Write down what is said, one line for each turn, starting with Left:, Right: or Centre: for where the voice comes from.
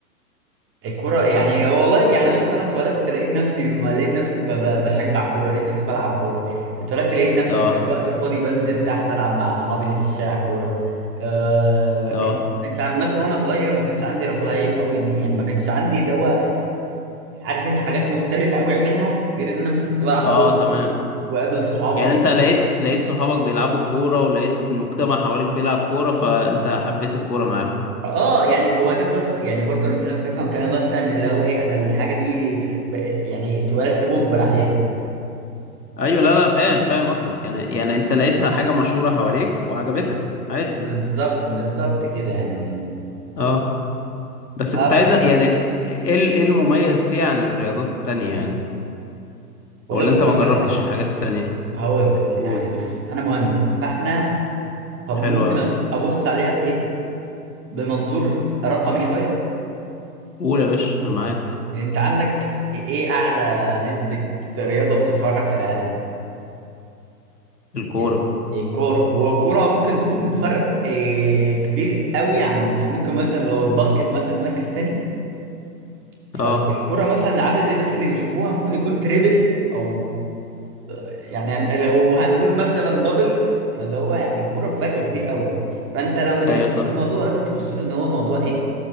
Right: الكرة يعني والله يعني بص انا اتولدت لقيت نفسي ما لقيت نفسي ب- ب- بشجع كورة لقيت نفسي بلعب كورة اتولدت لقيت نفسي
Left: اه
Right: في الوقت الفاضي بنزل تحت العب مع صحابي اللي في الشارع كورة آه وك-
Left: اه
Right: ما كانش عن- مثلا وانا صغير ما كانش عندي رفاهية قوي يعني ما كانش عندي اللي هو عارف انت حاجات مختلفة قوي اعملها غير ان انا مثلا كنت بلعب
Left: اه
Right: كورة
Left: تمام
Right: واقابل صحابي
Left: يعني انت لقيت لقيت صحابك بيلعبوا كوره ولقيت المجتمع حواليك بيلعب كوره فانت حبيت الكوره معاهم
Right: اه يعني هو ده بس يعني برضه انا مش عايزك تفهم كمان مثلا اللي هو ايه انا الحاجه دي ب- يعني اتولدت مجبر عليها
Left: ايوه لا لا فاهم فاهم قصدك يعني يعني انت لقيتها حاجه مشهوره حواليك وعجبتك عادي
Right: بالظبط بالظبط كده يعني
Left: اه بس
Right: طب
Left: كنت عايز
Right: بس
Left: يعني ايه ال- إيه المميز فيه عن الرياضات التانية يعني
Right: والله
Left: ولا
Right: بص
Left: انت ما
Right: اقول
Left: جربتش
Right: لك على حاجه
Left: الحاجات التانية
Right: هقول لك يعني
Left: قول
Right: بص انا مهندس فاحنا طب
Left: حلو
Right: ممكن
Left: اوي
Right: أ- ابص عليها بايه بمنظور رقمي شويه
Left: قول يا باشا انا معاك
Right: انت عندك ايه اعلى نسبه رياضه بتتفرج في العالم
Left: الكورة
Right: يعني الكورة والكورة ممكن تكون بفرق آه، كبير قوي عن يعني ممكن مثلا لو الباسكت مثلا مركز تاني فالكورة
Left: اه
Right: مثلا عدد الناس اللي بيشوفوها ممكن يكون تريبل أو يعني هن- لو هنقول مثلا دبل فاللي هو يعني الكورة بفرق كبير قوي فأنت لما تيجي
Left: ايوه
Right: تبص
Left: صح
Right: للموضوع لازم تبص له إن هو موضوع إيه